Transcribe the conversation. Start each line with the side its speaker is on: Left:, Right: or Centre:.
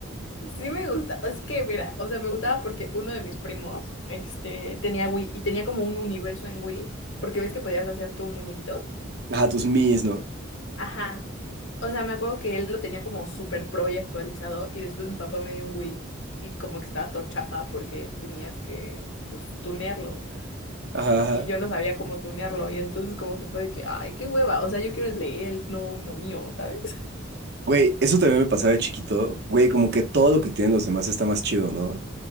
Left: Sí me gusta, es que mira, o sea, me gustaba porque uno de mis primos, este, tenía Wii y tenía como un universo en Wii, porque ves que podías hacer tu muñequito.
Right: Ajá, tus Mis, ¿no?
Left: Ajá. O sea, me acuerdo que él lo tenía como super pro y actualizado y después mi papá me dio un Wii y como que estaba todo chafa porque tenías que, pues, tunearlo
Right: Ajá, ajá.
Left: y yo no sabía cómo tunearlo y entonces como que fue de que, ay, qué hueva, o sea, yo quiero el de él, no uno mío, ¿sabes?
Right: Güey, eso también me pasaba de chiquito. Güey, como que todo lo que tienen los demás está más chido, ¿no?